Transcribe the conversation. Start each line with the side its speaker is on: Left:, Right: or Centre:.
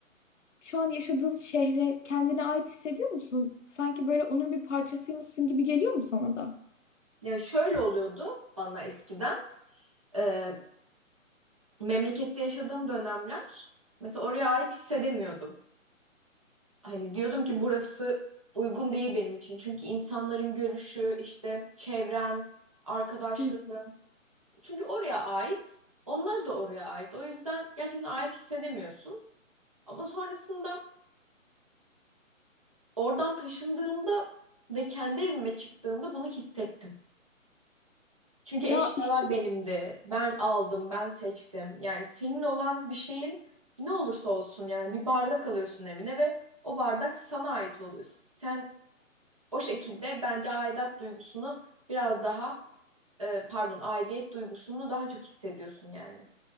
Left: şu an yaşadığın şehre kendine ait hissediyor musun? Sanki böyle onun bir parçasıymışsın gibi geliyor mu sana da?
Right: Ya şöyle oluyordu bana eskiden. Ee, memlekette yaşadığım dönemler mesela oraya ait hissedemiyordum. Hani diyordum ki burası uygun değil benim için. Çünkü insanların görüşü, işte çevren, arkadaşları.
Left: Hı hı.
Right: Çünkü oraya ait, onlar da oraya ait. O yüzden gerçekten ait hissedemiyorsun. Ama sonrasında oradan taşındığımda ve kendi evime çıktığımda bunu hissettim. Çünkü eşyalar
Left: Ya işte
Right: benimdi. Ben aldım, ben seçtim. Yani senin olan bir şeyin ne olursa olsun yani bir bardak alıyorsun evine ve o bardak sana ait oluyor. Sen o şekilde bence aidat duygusunu biraz daha e, pardon aidiyet duygusunu daha çok hissediyorsun yani.